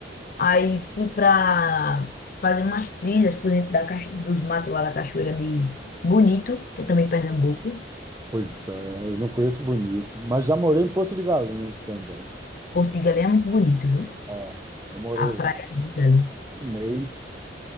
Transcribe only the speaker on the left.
Aí fui pra fazer umas trilhas por dentro da cacho- dos matos lá da Cachoeira de Bonito, que é também Pernambuco.
Porto de Galinha é muito bonito, viu?
A praia
é linda ali,